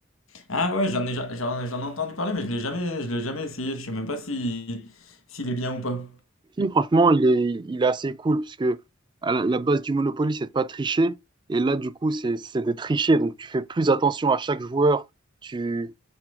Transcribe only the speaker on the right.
Le film, franchement, il est, il est assez cool parce que à la, la base du Monopoly, c'est de pas tricher. Et là, du coup, c'est, c'est de tricher. Donc, tu fais plus attention à chaque joueur. Tu,